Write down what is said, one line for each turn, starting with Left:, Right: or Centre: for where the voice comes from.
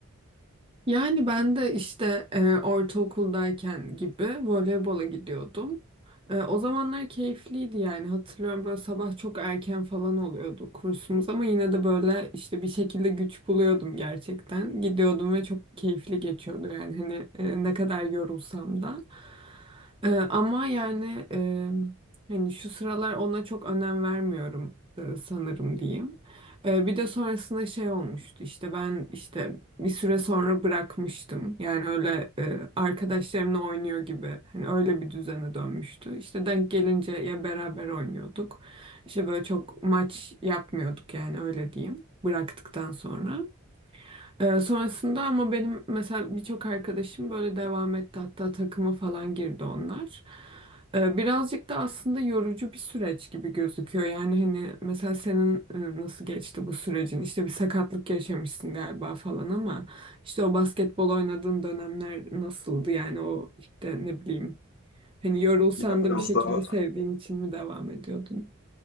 Right: Yani ben de işte e, ortaokuldayken gibi voleybola gidiyordum. E, o zamanlar keyifliydi yani hatırlıyorum böyle sabah çok erken falan oluyordu kursumuz ama yine de böyle işte bir şekilde güç buluyordum gerçekten. Gidiyordum ve çok keyifli geçiyordu yani hani e, ne kadar yorulsam da. E, ama yani e, hani şu sıralar ona çok önem vermiyorum e, sanırım diyeyim. Ee, bir de sonrasında şey olmuştu işte ben işte bir süre sonra bırakmıştım. Yani öyle e, arkadaşlarımla oynuyor gibi. Hani öyle bir düzene dönmüştü. İşte denk gelince ya beraber oynuyorduk. İşte böyle çok maç yapmıyorduk yani öyle diyeyim. Bıraktıktan sonra. Ee, sonrasında ama benim mesela birçok arkadaşım böyle devam etti hatta takıma falan girdi onlar. Ee, birazcık da aslında yorucu bir süreç gibi gözüküyor. Yani hani mesela senin e, nasıl geçti bu sürecin? İşte bir sakatlık yaşamışsın galiba falan ama işte o basketbol oynadığın dönemler nasıldı? Yani o işte ne bileyim hani yorulsan
Left: Ya biraz
Right: da bir şekilde
Left: daha
Right: sevdiğin için mi devam ediyordun?